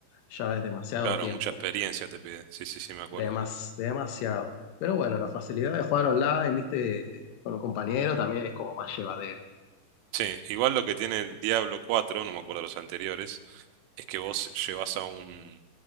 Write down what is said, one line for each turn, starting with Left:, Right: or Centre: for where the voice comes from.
Left: ya es demasiado
Right: claro,
Left: tiempo.
Right: mucha experiencia te pide. Sí, sí, sí, me acuerdo.
Left: Demas- demasiado. Pero bueno, la facilidad de jugar online, ¿viste? Con un compañero también es como más llevadero.
Right: Sí, igual lo que tiene el Diablo cuatro, no me acuerdo los anteriores, es que vos llevas a un